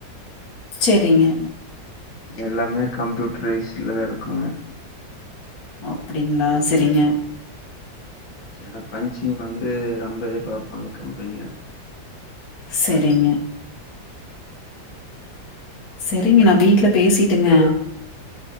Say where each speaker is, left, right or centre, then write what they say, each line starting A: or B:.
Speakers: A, on the left; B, on the left.
A: செரிங்க
B: எல்லாமே கம்ப்யூட்டரைஸ்ட் தான் இருக்குங்க
A: அப்டிங்களா சரிங்க
B: ஏன்னா பஞ்சிங் வந்து ரொம்ப எதிர்பாப்பாங்க கம்பனில
A: சரிங்க செரிங்க நான் வீட்ல பேசிட்டுங்க